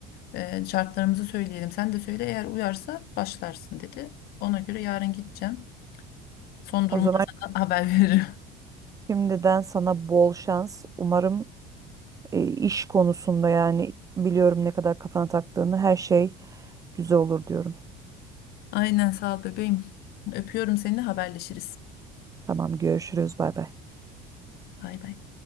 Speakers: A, on the left; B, on the right.
A: E, şartlarımızı söyleyelim. Sen de söyle eğer uyarsa başlarsın dedi. Ona göre yarın gideceğim. Son durumda
B: O zaman
A: sana haber veririm. <laughs>
B: şimdiden sana bol şans. Umarım e, iş konusunda yani biliyorum ne kadar kafana taktığını her şey güzel olur diyorum.
A: Aynen sağ ol bebeğim. Öpüyorum seni haberleşiriz.
B: Tamam görüşürüz bay bay.
A: Bay bay.